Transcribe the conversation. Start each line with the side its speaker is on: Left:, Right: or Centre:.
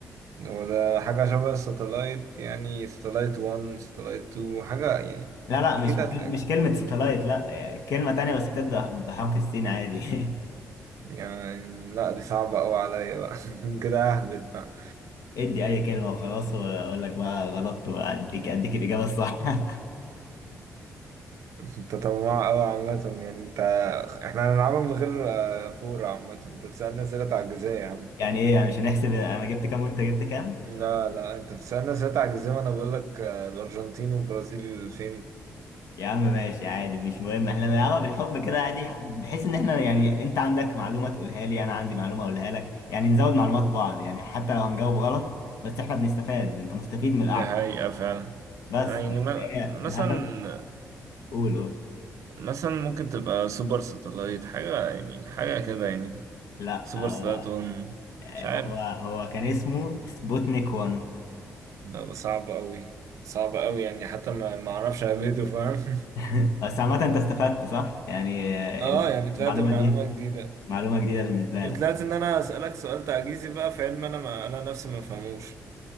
Right: هو ده حاجة شبه الساتلايت يعني ساتلايت 1 ساتلايت 2 حاجة يعني
Left: لا لا
Right: أكيد
Left: مش مش
Right: هتلاقي
Left: مش كلمة ساتلايت لا كلمة تانية بس بتبدأ بحرف السين عادي <laughs>
Right: يعني لا دي صعبة أوي عليا بقى <laughs> كده أهبد بقى
Left: ادي أي كلمة وخلاص وأقول لك بقى غلط وأديك أديك الإجابة الصح <laughs>
Right: انت طماع قوي عامة يعني انت احنا هنلعبها من غير آه، فور عامة انت تسألني اسئلة تعجيزية يا عم
Left: يعني إيه يعني مش هنحسب أنا جبت كام وأنت جبت كام؟
Right: لا لا انت بتسألني اسئلة تعجيزية وانا بقول لك آه، الارجنتين والبرازيل فين
Left: يا عم ماشي عادي مش مهم احنا بنلعبها بالحب كده عادي بحيث إن احنا يعني أنت عندك معلومة تقولها لي أنا عندي معلومة أقولها لك يعني نزود معلومات بعض يعني حتى لو هنجاوب غلط بس احنا بنستفاد أنت مستفيد من القعدة
Right: دي حقيقة فعلا
Left: بس
Right: آه، يعني
Left: <laughs>
Right: ما-
Left: هي
Right: مثلا
Left: الهدف قول قول
Right: مثلا ممكن تبقى سوبر ساتلايت حاجة يعني حاجة كده يعني
Left: لا
Right: سوبر
Left: آه،
Right: ساتلايت 1 مش عارف
Left: هو هو كان اسمه سبوتنيك 1
Right: لا بس صعب قوي صعب قوي يعني حتى ما ما اعرفش اهبده فاهم <laughs>
Left: <laughs> بس عامة انت استفدت صح؟ يعني
Right: اه
Left: ال-
Right: يعني طلعت
Left: المعلومة
Right: معلومة
Left: دي
Right: جديدة
Left: معلومة جديدة بالنسبة
Right: وطلعت
Left: لك
Right: ان انا اسالك سؤال تعجيزي بقى في علم انا ما انا نفسي ما فهموش